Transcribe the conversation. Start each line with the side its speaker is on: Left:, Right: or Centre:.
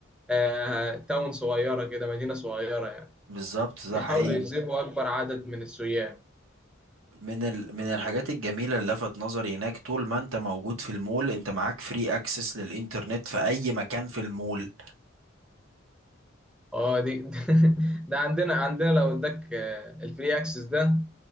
Centre: آه، تاون صغيرة كده مدينة صغيرة
Right: بالظبط ده
Centre: بيحاولوا
Right: حقيقي
Centre: يجذبوا أكبر عدد من السياح
Right: من ال... من الحاجات الجميلة اللي لفت نظري هناك طول ما انت موجود في المول انت معاك فري اكسس للانترنت في اي مكان في المول
Centre: اه دي <laughs> ده عندنا عندنا لو اداك آه، الفري اكسس ده